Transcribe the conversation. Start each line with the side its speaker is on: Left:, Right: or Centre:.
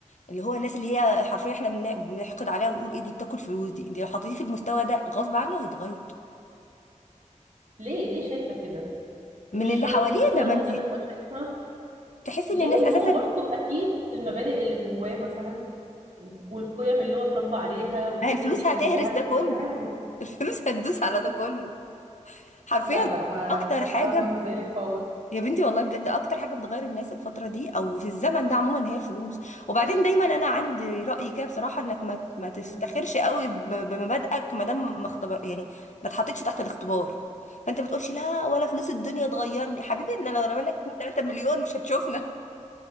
Left: اللي هو الناس اللي هي حرفيا احنا بن- بنحقد عليها ونقول ايه دي بتاكل فلوس دي انت لو حطيتيه في المستوى ده غصب عنه هيتغير
Right: ليه ليه شايفه كده
Left: من
Right: مش
Left: اللي
Right: شرط
Left: حواليه
Right: هو
Left: لما
Right: انا
Left: انت
Right: ببقى شايفه
Left: تحسي
Right: ليه
Left: ان الناس
Right: ما
Left: اساسا
Right: هو برضو اكيد المبادئ اللي جواه مثلا والقيم اللي هو اتربى عليها والحاجات
Left: ما هي الفلوس
Right: دي
Left: هتهرس
Right: كلها
Left: ده
Right: تبقى
Left: كله
Right: ليها عامل
Left: الفلوس هتدوس على ده كله حرفيا
Right: لا لا ما
Left: اكتر
Right: لا,
Left: حاجه
Right: لا اظن
Left: ب-
Right: ذلك خالص
Left: يا بنتي والله بجد اكتر حاجه بتغير الناس الفتره دي او في الزمن ده عموما هي الفلوس وبعدين دايما انا عندي راي كده بصراحه انك ما ما تفتخرش
Right: مم.
Left: قوي ب- بمبادئك ما دام ما اختبر يعني ما اتحطيتش تحت الاختبار فانت بتقولش لا ولا فلوس الدنيا تغيرني حبيبي ان انا لو رمينا 2 3 مليون مش هتشوفنا